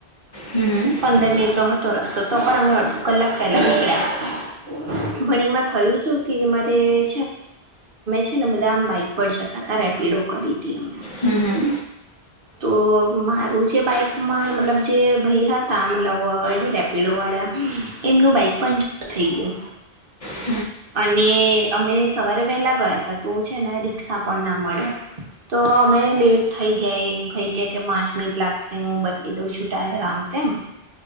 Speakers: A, on the left; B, on the right.
A: હમ
B: પંદર મિનિટનો હતો રસ્તો તો પણ અમે અડધો કલાક પહેલાં નીકળ્યા ભણી એમાં થયું શું કે અમારે છે ને બધામ બાઈક પર જતા ત રેપિડો કરી હતી અમે
A: હમ હમ
B: તો મારું જે બાઈકમાં મતલબ જે ભાઈ હતા મતલબ જે રેપિડો વાળા એમનું બાઈક પંચર થઈ ગયું
A: હમ બરોબર છે. અને અમે સવારે વહેલા ગયા હતા છે રિક્ષા બોર્ડના હમ. તો અમે લેટ થઈ ગઈ
B: અને અમે સવારે વહેલાં ગયા હતા તો છે એના રિકષા પણ ના મળે તો અમે લેટ થઈ ગયા એક ભાઈ કે કે પાંચ મિનિટ લાગશે હું બદલી દઉં છું ટાયર આમ તેમ